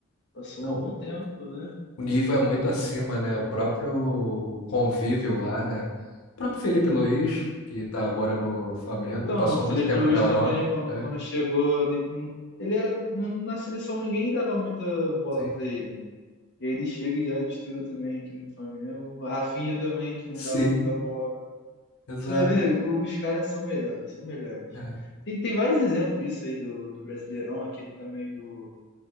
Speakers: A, on the left; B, on the left.
A: Passou
B: Não,
A: um bom tempo, né?
B: o nível é muito acima, né? O próprio convívio lá, né? O próprio Felipe Luiz, que está agora no Flamengo,
A: Então,
B: passou
A: o Felipe
B: muito tempo
A: Luiz
B: na Europa,
A: também, quando,
B: né?
A: quando chegou, eu nem- não- ele era. não- Na seleção ninguém dava muita bola
B: Sim.
A: pra ele, né? E aí ele chega e já destruiu também aqui no Flamengo. O Rafinha também, que não
B: Sim,
A: dava tanta bola.
B: exato.
A: Você vai ver, os caras são melhores, são melhores.
B: é.
A: Tem, tem vários exemplos isso aí do, do Brasileirão, aquele também do